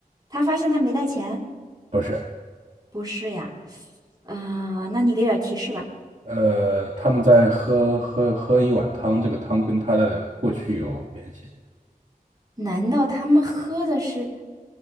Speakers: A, on the right; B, on the right.
A: 他发现他没带钱，
B: 不是？
A: 不是呀，啊、那你给点儿提示吧。
B: 呃，他们在喝喝喝一碗汤，这个汤跟他的过去有联系，
A: 难道他们喝的是